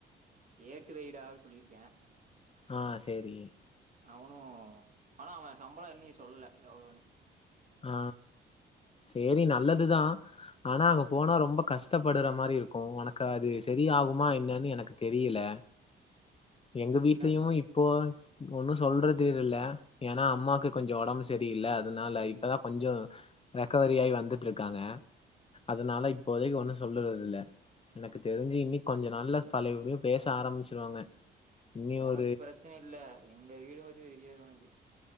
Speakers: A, on the right; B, on the left.
A: ஏட்டு வெயிடா சொல்லிருக்கே
B: ஆ சேரி
A: அவனு ஆனா அவன் சம்பளோ இன்னி சொல்லல எவ்ளோன்னு
B: ஆ சேரி நல்லதுதா ஆனா அங்க போனா ரொம்ப கஷ்டப்படுற மாரி இருக்கு உனக்கு அது செரியாகுமா என்னன்னு எனக்கு தெரியல எங்க வீட்லையு
A: என்னது
B: இப்போ ஒன்னும் சொல்றது இல்ல ஏன்னா அம்மாக்கு கொஞ்சோ ஒடம்பு சரியில்ல அதனால இப்பதா கொஞ்சோ ரெக்கவரி ஆயி வந்துட்டுருக்காங்க அதனால இப்போதைக்கு ஒண்ணு சொல்லுறது இல்ல எனக்கு தெரிஞ்சு இன்னி கொஞ்ச நாள்ல பழைய படி பேச ஆரம்பிச்சிருவாங்க இன்னி
A: ஒனக்கு
B: ஒரு
A: பிரச்சன இல்ல எங்க வீடுவத்தி தெரியாது உனக்கு